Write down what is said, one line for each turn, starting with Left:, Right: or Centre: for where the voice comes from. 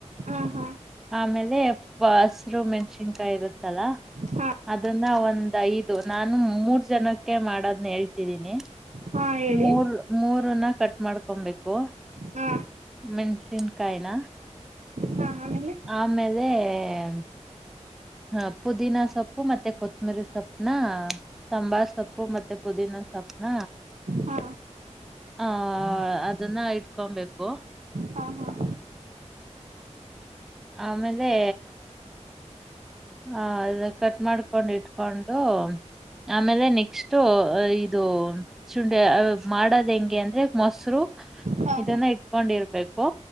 Right: ಹಾ ಹಾ
Centre: ಆಮೇಲೆ ಹಸಿಮೆಣಸಿನಕಾಯಿ ಇರುತ್ತಲ್ಲ
Right: ಹಾ
Centre: ಅದನ್ನ ಒಂದ ಐದು ನಾನು ಮೂರ್ ಜನಕ್ಕೆ ಮಾಡೋದ್ನ್ನ ಹೇಳ್ತಿದೀನಿ
Right: ಹಾ ಹೇಳಿ
Centre: ಮೂರ್ ಮೂರ ನ ಕಟ್ಟ ಮಾಡ್ಕೊಬೇಕು
Right: ಹ್ಮ
Centre: ಮೆಣಸಿನ್ಕಾಯನಾ
Right: ಹಾ ಆಮೇಲೆ
Centre: ಆಮೇಲೆ ಹ್ಮ ಹಾ ಪುದೀನ ಸೊಪ್ಪು ಮತ್ತೆ ಕೊತ್ತಂಬರಿ ಸೊಪ್ನ ಸಾಂಬಾರ್ ಸೊಪ್ಪು ಮತ್ತೆ ಪುದೀನಾ ಸೊಪ್ಪನ
Right: ಹಾ
Centre: ಹ ಅದನ್ನ ಇಟ್ಕೊಬೇಕು
Right: ಹಾ ಹಾ
Centre: ಆಮೇಲೆ ಆ ಅದು ಕಟ್ ಮಾಡ್ಕೊಂಡ್ ಇಟ್ಕೊಂಡು ಆಮೇಲೆ ನೆಕ್ಸ್ಟ್ು ಇದು ಚುಂಡಿ ಅ ಮಾಡೋದ್ ಹೆಂಗೆ ಅಂದ್ರೆ ಮೊಸರು
Right: ಹಾ ಹಾ
Centre: ಇದನ್ನ ಇಟ್ಕೊಂಡಿರ್ಬೇಕು